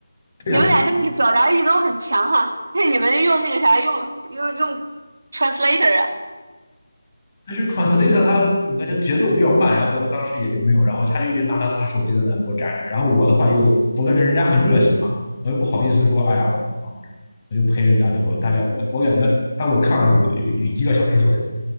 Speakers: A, on the left; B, on the right.
A: 对呀。
B: 你们俩真的是表达欲都很强哈。<laughs> 那你们用那个啥，用用用 translator 啊？
A: 但是 translator 他我感觉节奏比较慢，然后当时也就没有，然后他就一直拿着他手机在那给我展示，然后我的话又我感觉人家很热情嘛，我又不好意思说，哎呀，我我就陪人家就大概我我感觉他给我看了有有有一个小时左右，